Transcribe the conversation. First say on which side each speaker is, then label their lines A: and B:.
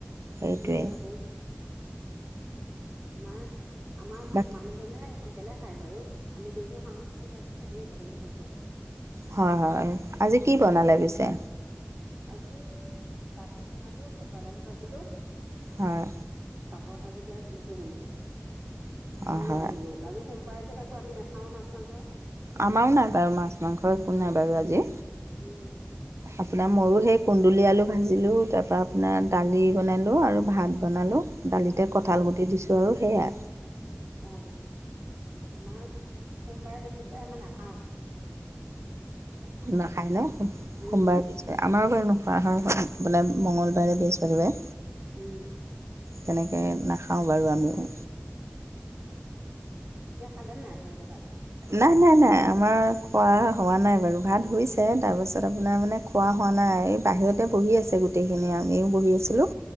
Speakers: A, on the right; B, on the right.
A: সেইটোৱেই।
B: দেৰিয়ে হয় আমাৰ-আমাৰ
A: বাকী
B: মানুহজনে সোনকালে খাই বাৰু! আমি দেৰিকৈ খাওঁ কিন্তু আজি চবেই একেলগে খাইছো আৰু।
A: হয় হয় আজি কি বনালে পিছে।
B: আজি দালি বনালো পটল, আলু ভাজিলো।
A: হয়।
B: পাপৰ ভাজিলো আৰু তেনেকে বনালো
A: অঁ
B: আৰু
A: হয়
B: নাই বনোৱা একো আজি সোমবাৰে যে তাকো আমি নাখাও মাছ-মাংস।
A: আমাৰও নাই বাৰু মাছ মাংস একো নাই বাৰু আজি।
B: উম।
A: আপোনাৰ ময়ো সেই কুন্দুলি, আলু ভাজিলোঁ তা পা আপোনাৰ দালি বনালো আৰু ভাত বনালো। দালিতে কঁঠাল গুটি দিছো আৰু সেইয়া।
B: অহ। আমাৰ সোমবাৰে বৃহস্পতিবাৰে আমাৰ নাখাওঁ। মাছ মাংস।
A: নাখায় ন
B: উম
A: সোমবাৰে পিছে আমাৰো ঘৰত নোখোৱা হয় <unintelligible> বোলে মঙলবাৰে বৃহস্পতিবাৰে।
B: উম।
A: তেনেকে নাখাওঁ বাৰু আমিও।
B: এতিয়া খালে নাই নাই আপোনালোকে ভাত?
A: নাই, নাই, নাই আমাৰ খোৱা হোৱা নাই বাৰু ভাত হৈছে তাৰপাছত আপোনাৰ মানে খোৱা নহ'লে এই বাহিৰতে বহি আছে গোটেইখিনি, আমিও বহি আছিলোঁ।